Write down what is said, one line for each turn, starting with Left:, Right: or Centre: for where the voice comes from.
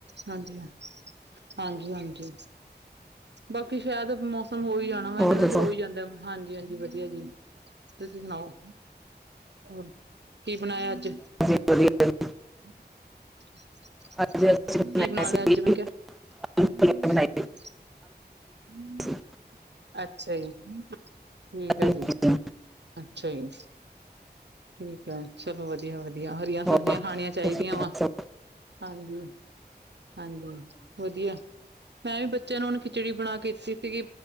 Right: ਹਾਂਜੀ- ਹਾਂਜੀ <unintelligible> ਹਾਂਜੀ-ਹਾਂਜੀ ਬਾਕੀ ਸ਼ਾਇਦ ਮੌਸਮ ਹੋ ਹੀ ਜਾਣਾ ਵੈ,
Centre: ਹੋਰ
Right: ਏਹਨੇ ਦੇਨ
Centre: ਦੱਸੋ
Right: ਤੇ ਹੋਈ ਜਾਂਦੇ ਵੈ ਹਾਂਜੀ- ਹਾਂਜੀ ਵਧੀਆਂ ਜੀ, ਤੁਸੀਂ ਸੁਣਾਓ? ਹੋਰ, ਕੀ ਬਣਾਇਆ ਅੱਜ?
Centre: ਵਧੀਆਂ- ਵ
Right: <unintelligible>
Centre: ਅੱਜ ਅਸੀਂ
Right: <unintelligible> ਕੀ
Centre: ਬਣਾਏ
Right: ਬਣਾ
Centre: ਸੀ
Right: ਲਿਆ ਅੱਜ ਮੈਂ ਕੇਹਾ?
Centre: ਆਲੂ
Right: <unintelligible>
Centre: ਬਣਾਏ
Right: <unintelligible>
Centre: ਸੀ
Right: ਅੱਛਾ ਜੀ ਠੀਕ
Centre: ਆਲੂ
Right: ਹੈ। ਜੀ ਅੱਛਾ ਜੀ ਠੀਕ ਚਲੋ ਵਧੀਆ-ਵਧੀਆ ਹਰੀਆਂ
Centre: ਹੋਰ
Right: ਸਬਜ਼ੀਆਂ ਖਾਣੀਆਂ ਚਾਹੀਦੀਆਂ
Centre: ਤੁਸੀਂ
Right: ਵਾ
Centre: ਦੱਸੋ
Right: ਹਾਂਜੀ ਹਾਂਜੀ ਵਧੀਆ ਮੈਂ ਵੀ ਬੱਚਿਆਂ ਨੂੰ ਹੁਣ ਖਿਚੜੀ ਬਣਾ ਕੇ ਦਿੱਤੀ ਸੀਗੀ।